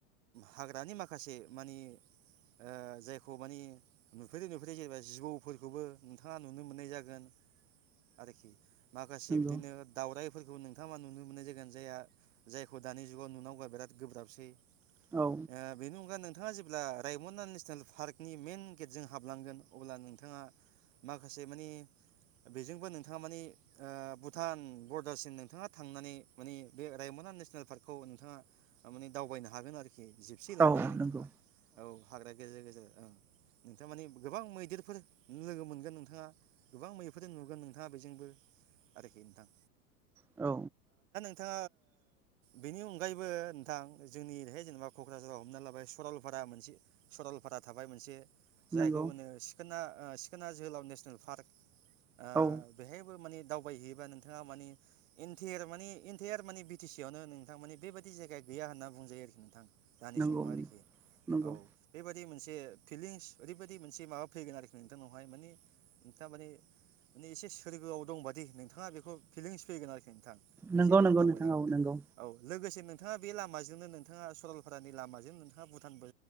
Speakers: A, on the right; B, in the centre.
A: हाग्रानि माखासे माने ओ जायखौ माने नुफेरै नुफेरै जेनेबा जिबौफोरखौबो नोंथाङा नुनो मोननाय जागोन आरोखि। माखासे
B: नंगौ
A: बिदिनो दाावराय फोरखौ नोंथांङा नुनो मोननाय जागोन जायहा जायखौ दानि जुगाव नुुनांगौआ बिराद गोब्राबसै।
B: औ
A: आ बेनि अनगा नों नोंथाङा जेब्ला रायमना नेसनेल पार्कनि मेइन गेटजों हाबलांगोन अब्ला नोंथाङा माखासे माने बेजोंबो नोंथाङा माने ओ भुटान बरदारसिम नोंथाङा थांनानै माने बे रायमना नेसनेल पार्कखौ नोंथाङा माने दावबायनो हागोन आरो खि जिपसि लानानै
B: औ
A: नोंथाङा
B: नंगौ
A: औ हाग्रा गेजेर गेजेर ओ नोंथाङा माने गोबां मैदेरफोर लोगो मोनगोन। गोन नोंथाङा गोबां मैफोरजों नुगोन नोंथाङा बेजोंबो आरोखि नोंथां।
B: औ
A: थाङा बेनि अनगायैबो नोंथां जोंनि ओरैहाय जेनेबा क'क्राझाराव हमना लाबाय सरलपारा मोनसे सरलपारा थाबाय मोनसे‌ जायखौ
B: नंगौ
A: होनो सिखोना ओ सिखोना जोहोलाव नेसनेल पार्क आ
B: औ
A: बेहायबो माने दावबायहैयोबा नोंथाङा माने इन्टेयार माने इन्टेयार माने बि टि सि आवनो नोंथा माने बेबायाददि जायगा गैया होनना बुंजायो आरोखि नोंथां दानि
B: नंगौ
A: समाव
B: नंगौ
A: आरोखि
B: नंगौ
A: औ बेबादि मोनसे फिलिंस ओरैबायदि मोनसे माबा फैगोन आरोखि नोंथांनावहाय माने नोंथाङा माने माने एसे सोरगोआव दंबादि नोंथाङा बेखौ फिलिंस फैगोन आरोखि नोंथां बे
B: नंगौ
A: जायगाजों
B: नंगौ
A: दावबायलाङोब्ला
B: नोंथां औ नंगौ
A: औ लोगोसे नोंथाङा बे लामाजोंनो नोंथाङा सरलपारानि लामाजोंनो नोंथाङा भुटानबो